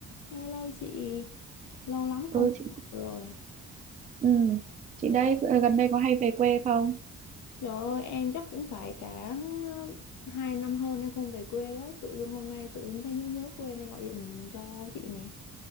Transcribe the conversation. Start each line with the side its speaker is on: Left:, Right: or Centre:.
Left: Hello chị, lâu lắm
Right: ừ
Left: không
Right: chị
Left: gặp rồi.
Right: ừ. chị đây ờ, gần đây có hay về quê không
Left: Trời ơi, em chắc cũng phải cả ờ, hai năm hơn em không về quê đó. Tự dưng hôm nay tự dưng thấy nhớ nhớ quê nên gọi điện cho chị nè.